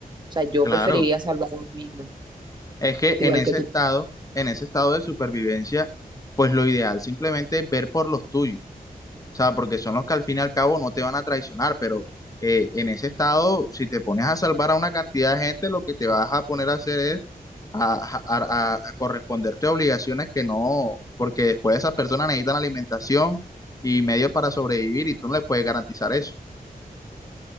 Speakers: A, on the right (about 30°); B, on the left (about 20°).
A: O sea, yo
B: Claro.
A: preferiría salvar a mí misma,
B: Es que
A: igual
B: en ese
A: que tú.
B: estado, en ese estado de supervivencia, pues lo ideal simplemente es ver por los tuyos. O sea, porque son los que al fin y al cabo no te van a traicionar, pero eh, en ese estado, si te pones a salvar a una cantidad de gente, lo que te vas a poner a hacer es a, a a- a corresponderte a obligaciones que no, porque después esas personas necesitan alimentación y medios para sobrevivir y tú no les puedes garantizar eso.